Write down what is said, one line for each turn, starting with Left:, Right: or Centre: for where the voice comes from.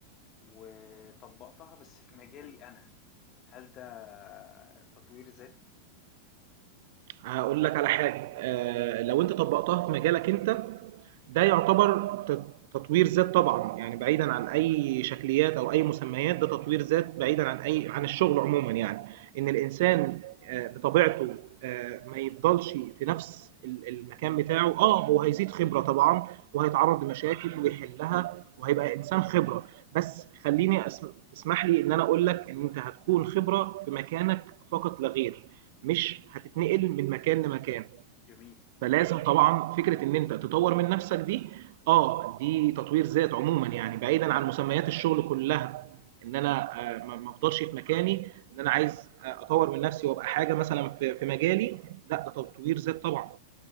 Left: وطبّقتها بس في مجالي أنا، هل ده تطوير ذات؟
Right: هاقول لك على حاجة، آآ لو أنت طبّقتها في مجالك أنت، ده يعتبر ت تطوير ذات طبعًا، يعني بعيدًا عن أي شكليات أو أي مسميات، ده تطوير ذات بعيدًا عن أي عن الشغل عمومًا يعني، إن الإنسان آآ بطبيعته آآ ما يفضلش في نفس ال المكان بتاعه، آه هو هيزيد خبرة طبعًا وهيتعرّض لمشاكل ويحلّها وهيبقى إنسان خبرة، بس خلّيني أس تسمح لي إن أنا أقول لك إن أنت هتكون خبرة في مكانك فقط لا غير. مش هتتنقل من مكان لمكان
Left: جميل،
Right: فلازم طبعا فكره ان انت تطور من نفسك دي اه دي تطوير ذات عموما يعني بعيدا عن مسميات الشغل كلها ان انا آه، ما ما افضلش في مكاني ان انا عايز آه، اطور من نفسي وابقى حاجه مثلا في في مجالي لا ده تطوير ذات طبعا